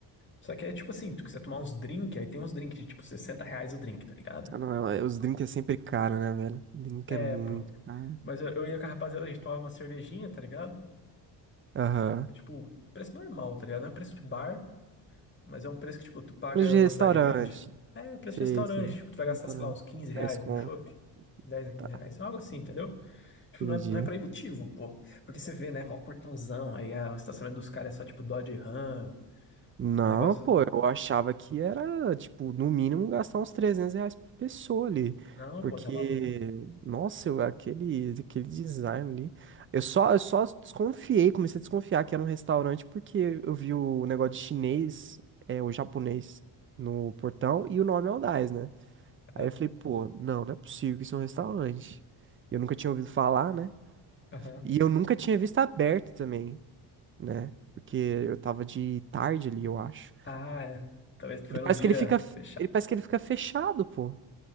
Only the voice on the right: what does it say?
Ah, não, é- os drinks é sempre caro, né, velho? Drink
é muito
caro.
Aham.
Preço de
restaurante.
Sei,
sei.
Restaurante.
10 conto.
Tá,
entendi.
Não,
pô, eu achava que era, tipo, no mínimo gastar uns 300 reais por pessoa ali.
Porque,
nossa, eu- aquele, aquele design ali. Eu só, eu só desconfiei, comecei a desconfiar que era um restaurante porque eu vi o negócio de chinês, é, o japonês no portão e o nome é Aldais, né? Aí
eu falei, pô, não, não é possível que isso é um restaurante. E Eu nunca tinha ouvido falar, né?
E eu nunca tinha visto aberto também. né? Porque eu tava de tarde ali, eu acho.
Ele
parece
que ele fica,
ele parece que ele fica fechado, pô.